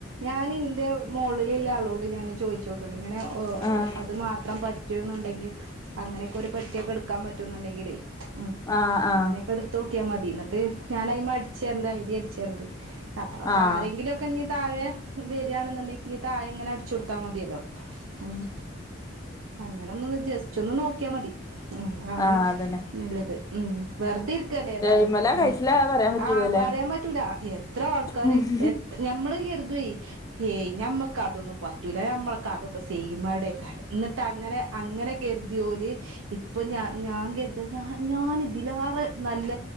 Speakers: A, on the right; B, on the left.
A: ഞാൻ ഇന്റെ മോളിലുള്ള ആളോട് ഞാൻ ചോദിച്ചു <unintelligible> ഇങ്ങനെ
B: ആഹ്
A: അത് മാത്രം പറ്റ പറ്റുണ്ടെങ്കിൽ അങ്ങനെയൊക്കെ ഒരു പറ്റിയൊക്കെ എടുക്കാൻ പറ്റുന്നുണ്ടെങ്കിലേ ഉം
B: ആഹ് ആഹ്
A: അങ്ങനെ എടുത്ത് നോക്കിയാൽ മതി എന്നിട്ട് ഞൻ അയിമ അടിച്ചരണ്ട് ഐഡിയ അടിച്ച തരണ്ട് അപ്പ
B: ആഹ്
A: ആരെങ്കിലും ക്കെ ഇനി താഴെ വരികയാണെന്നുണ്ടെങ്കനി താഴെ ഇങ്ങനെ അടിച്ച കൊടുത്താൽ മതിയല്ലോ ഉം അങ്ങനെ ഒന്ന് ജസ്റ്റ് ഒന്ന് നോക്കിയാ മതി എന്താണ്
B: ആഹ് അതന്നെ
A: നല്ലത് ഉം വെറുതെ ഇരിക്കല്ലേ ഏതായാലും
B: എയ്മല
A: ഉം
B: കഴിച്ചില പറയാൻ പറ്റൂലല്ലേ
A: ആഹ് പറയാൻ പറ്റൂല എത്ര ആൾക്കാര്
B: ആഹ്
A: എ ഞമ്മള് കരുതു വെയ് ഏയ് ഞമ്മക്ക് അതൊന്നും പറ്റൂല്ല ഞമ്മൾക്ക് അതൊക്കെ സെയ്യ്മടെ യ്കാരം എന്നിട്ട് അങ്ങനെ അങ്ങനെ കര് ജോലി ഇപ്പൊ ഞാ ഞാൻ കരുതും ഞാൻ ഇതിലാറെ നല്ല